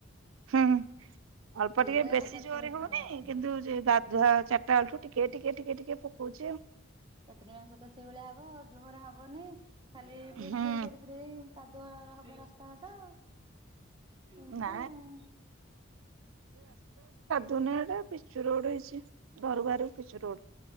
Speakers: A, on the right; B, on the right.
A: ହୁଁ ହୁଁ। ଅଳ୍ପ
B: ଏଇ
A: ଟିକେ
B: ତ
A: ବେଶୀ
B: ଏବେ ଚତୁର
A: ଜୋରରେ ହଉନି,
B: ହଁ
A: କିନ୍ତୁ
B: ହଁ
A: ଗାଧୁଆ ଚାଟାବେଳଠୁ ଟିକେ ଟିକେ ଟିକେ ଟିକେ ପ କଉଛି।
B: ଚତୁର ମାସିଆ ତ ସେଇଭଳିଆ ହବ। ଜୋର୍ ହବନି, ଖାଲି ବିର୍
A: ହୁଁ
B: ବିର୍ ବିର୍ ରେ କାଦୁଆ ହବ ରାସ୍ତାଘାଟ। ଏମିତି
A: ନା
B: ଆଉ
A: ଦୁନିଆ ଟା ପିଚୁ ରୋଡ ହେଇଛି। ଘରୁ ବାହାର ପିଚୁ ରୋଡ।